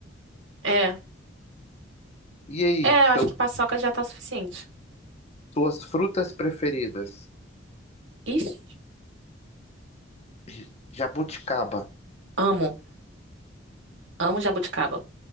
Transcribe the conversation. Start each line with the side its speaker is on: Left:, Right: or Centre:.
Right: É.
Left: E aí,
Right: É,
Left: seu-
Right: eu acho que paçoca já tá o suficiente.
Left: suas frutas preferidas?
Right: Ixi,
Left: J- Jabuticaba
Right: amo. Amo jabuticaba.